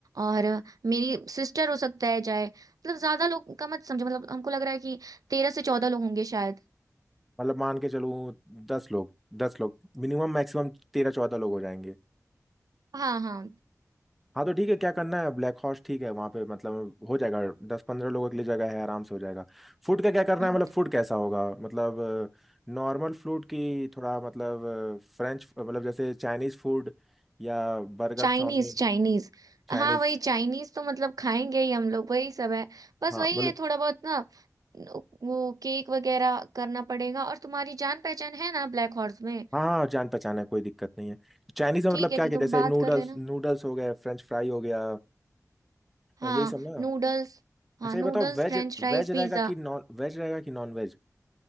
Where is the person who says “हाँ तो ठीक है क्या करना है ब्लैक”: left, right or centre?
Centre